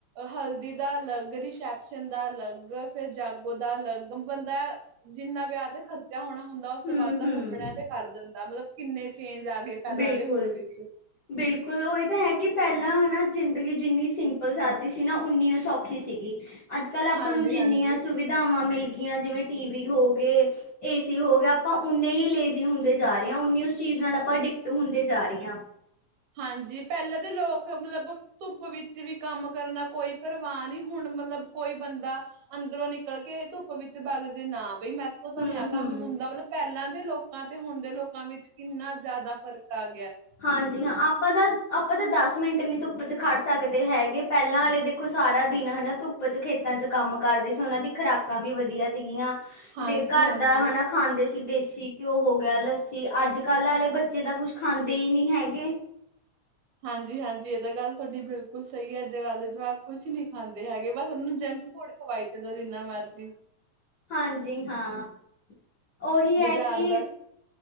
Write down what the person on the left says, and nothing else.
ਹੂੰ
ਹੂੰ
ਬਿਲਕੁਲ।
ਬਿਲਕੁਲ ਉਹੀ ਤਾਂ ਹੈ ਕਿ ਪਹਿਲਾਂ ਹਨਾ ਜ਼ਿੰਦਗੀ ਜਿੰਨੀ ਸਿੰਪਲ ਸਾਦੀ ਸੀ ਨਾ ਓਨੀਓ ਸੌਖੀ ਸੀਗੀ। ਅੱਜਕੱਲ੍ਹ ਆਪਾਂ
ਨੂੰ ਜਿੰਨੀਆਂ
ਸੁਵਿਧਾਵਾਂ ਮਿਲ ਗਈਆਂ ਜਿਵੇਂ ਟੀਵੀ ਹੋਗੇ ਏਸੀ ਹੋ ਗਿਆ ਆਪਾਂ ਓਨੇ ਹੀ ਲੇਜ਼ੀ ਹੁੰਦੇ ਜਾ ਰਹੇ ਆ ਓਨੀ ਉਸ ਚੀਜ਼ ਨਾਲ ਆਪਾਂ ਡਿਕ ਟ ਹੁੰਦੇ ਜਾ ਰਹੇ ਆ।
ਹੂੰ-ਹੂੰ।
ਹਾਂਜੀ ਹਾਂ ਆਪਾਂ ਤਾਂ, ਆਪਾਂ ਤਾਂ ਦਸ ਮਿੰਟ ਨੀ ਧੁੱਪ 'ਚ ਖੜ ਸਕਦੇ ਹੈਗੇ ਪਹਿਲਾਂ ਵਾਲੇ ਦੇ ਖੋ ਸਾਰਾ ਦਿਨ ਹਨਾ ਧੁੱਪ 'ਚ ਖੇਤਾਂ ਚ ਕੰਮ ਕਰਦੇ ਸੀ ਉਹਨਾਂ ਦੀ ਖੁਰਾਕਾਂ ਵੀ ਵਧੀਆ ਸੀਗੀਆਂ।
ਘਰ
ਦਾ ਹਨਾ ਖਾਂਦੇ ਸੀ ਦੇਸੀ ਘਿਉ ਹੋ ਗਿਆ, ਲੱਸੀ ਅੱਜਕੱਲ ਆਲੇ ਬੱਚੇ ਤਾਂ ਕੁਛ ਖਾਂਦੇ ਹੀ ਨੀ ਹੈਗੇ।
ਹਾਂਜੀ ਹਾਂ, ਉਹੀ
ਐ ਕਿ